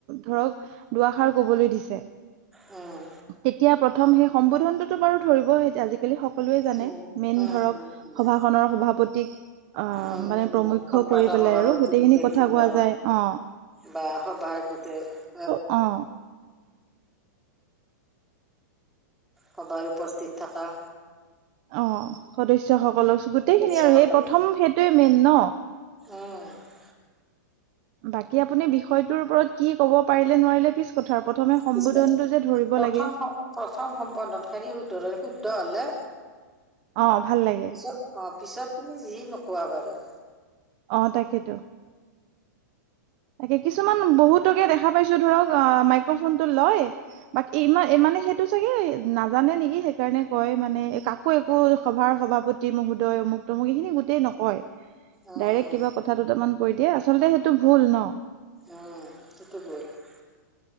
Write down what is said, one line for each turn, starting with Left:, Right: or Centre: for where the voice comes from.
Right: ধৰক দুআষাৰ কবলৈ দিছে।
Centre: উম
Right: তেতিয়া প্ৰথম সেই সম্বোধনটোতো বাৰু ধৰিব আজিকালি সকলোৱে জানে।
Centre: উম,
Right: মেইন ধৰক
Centre: উম, উম,
Right: সভাখনৰ সভাপতিক অ
Centre: উম,
Right: মানে
Centre: উম, উম,
Right: প্ৰমুখ্য
Centre: সম্পাদক
Right: কৰি পেলাই
Centre: সভাপতি
Right: আৰু গোটেইখিনি
Centre: গোটেইখিনিকে
Right: কথা কোৱা যায় অ,
Centre: বা সভায়ে গোটে হয় বা
Right: অঁ
Centre: সভাৰ উপস্থিত থাকা
Right: অ সদস্যসকলক গোটেইখিনি
Centre: সদস্যসকলে
Right: আৰু সেই প্ৰথম সেইটোৱে মেইন ন
Centre: উম
Right: বাকী আপুনি বিষয়টোৰ ওপৰত কি কব পাৰিলে নোৱাৰিলে, পিছ কথা প্ৰথমে সম্বোধনটো
Centre: পিছ পাতি
Right: যে ধৰিব
Centre: প্ৰথম
Right: লাগে।
Centre: প্ৰথম সম্বৰ্ধন খিনি শুধৰই শুদ্ধ হ'লে
Right: অঁ ভাল লাগে
Centre: পিছত অ পিছত তুমি যি নোকোৱা বাৰু
Right: অ তাকেইতো তাকে কিছুমান বহুতকে দেখা পাইছো ধৰক আ মাইক্ৰফোন টো লয় বাক ইমান মানে সেইটো চাগে নাজানে নেকি সেইকাৰণে কয় মানে কাক একো একো সভাৰ সভাপতি মহোদয় মোক ত মো এখিনি গোটেই নকয়
Centre: উম,
Right: ডাইৰেক্ট
Centre: উম,
Right: কিবা কথা দুটামান কৈ দিয়ে আচলতে সেইটো ভুল ন! <unintelligible>
Centre: উম সেটো ভূল <unintelligible>